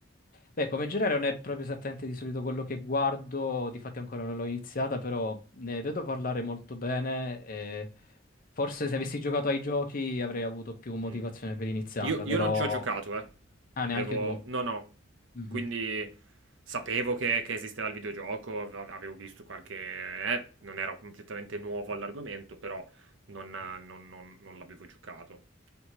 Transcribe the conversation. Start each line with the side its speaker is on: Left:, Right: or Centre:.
Left: Beh, come genere non è proprio esattamente di solito quello che guardo, difatti ancora non l'ho iniziata, però ne vedo parlare molto bene e forse se avessi giocato ai giochi avrei avuto più motivazione
Right: Mm.
Left: per iniziarla,
Right: Io, io
Left: però...
Right: non ci ho giocato, eh.
Left: Ah, neanche
Right: Devo...
Left: tu.
Right: No, no.
Left: Mhm.
Right: Quindi sapevo che, che esisteva il videogioco, av- avevo visto qualche... eh, non ero completamente nuovo all'argomento, però non, non- non- non l'avevo giocato.